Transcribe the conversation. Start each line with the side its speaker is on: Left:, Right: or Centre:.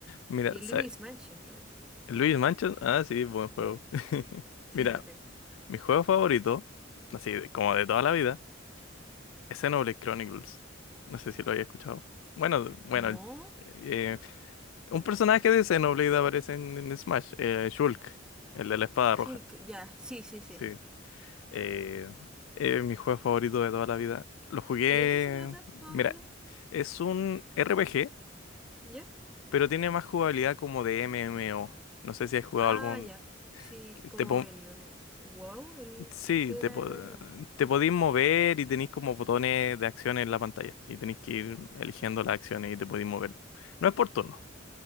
Left: mira,
Centre: Y el
Left: sa-
Centre: Luigi's Mansion también.
Left: Luis Mansion, ah, sí, buen juego.
Centre: Eh,
Left: <laughs>
Centre: Sí,
Left: Mira,
Centre: sí, sí.
Left: Mi juego favorito, así de- como de toda la vida, es Xenoblade Chronicles. No sé si lo había escuchado. Bueno, bueno,
Centre: No,
Left: el- eh, un personaje de Xenoblade aparece en, en Smash, eh, Shulk, el de la espada
Centre: Shulk,
Left: roja.
Centre: ya, sí, sí, sí.
Left: Sí. Eh, eh, mi juego favorito de toda la vida. Lo jugué.
Centre: ¿Y de qué se trata,
Left: Mira,
Centre: más o menos?
Left: es un RPG,
Centre: ¿Ya?
Left: pero tiene más jugabilidad como de MMO. No sé si has jugado
Centre: Ah,
Left: algún.
Centre: ya. Sí, como
Left: Te pon-
Centre: el, el- wow, el
Left: Sí,
Centre: era
Left: te, po-
Centre: MMO.
Left: te podís mover y tenéis como botones de acción en la pantalla. Y tenéis que ir eligiendo las acciones y te podéis mover. No es por turno.